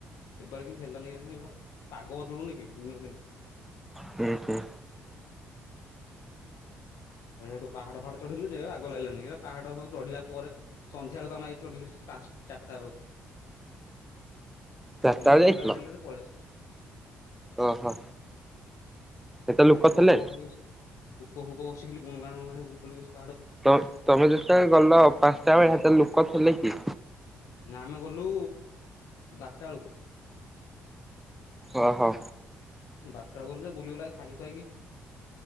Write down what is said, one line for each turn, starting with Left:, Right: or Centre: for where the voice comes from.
Left: ଏବୋର କିନ୍ତୁ ହେଲାନି ଜଣ ଏାର, ପାଗ ବଦଳୁନି କି ଦିନ ଦିନ।
Centre: ହୁଁ ହୁଁ।
Left: ଏଟ ସେଠୁ ପାହାଡ ଫାହାଡ ଚଢିଲୁ ଯେ ବାଗ ଲାଗିଲାାନି । ସେଟା ପାହାଡ ସବୁ ଚଢିଲ ପରେ ସନ୍ଧ୍ୟାବଳକୁ ଆମେ ଚଢ଼ିବ ସେ ପାଞ୍ଚ ଚାରିଟା ବେଳକୁ ।
Centre: ଚାରିଟା
Left: ଅନ୍ଧାର
Centre: ବେଳେ ଯାଇଥିଲ
Left: ଅନ୍ଧାର ଲାଗଲେ ତ ପଳେଇ
Centre: ଓହୋ, ଏତେ ଲୋକ
Left: ପୋକ
Centre: ଥିଲେ।
Left: ଫୋକ ଖାଲି ବସି ପୋକ ଫୋକ ବସି ଖାଲି ଗୁଣଗାଣୁ ଗଣ ବୁଛନ୍ତି ।
Centre: ତ ତମେ ଯେତେବେଳେ ଗଲ ପାଞ୍ଚଟା ବେଳେ, ହେତେବେଲେ ଲୋକ ଥିଲେ କି?
Left: ନା, ଆମେ ଗଲୁ ବାରଟା ବେଳକୁ।
Centre: ଓହୋ।
Left: ବାରଟା ବେଳେ ଗଲୁଯେ, ବୁଲିବୁଲାକି ଖାଇ ଖୁଏଇ କି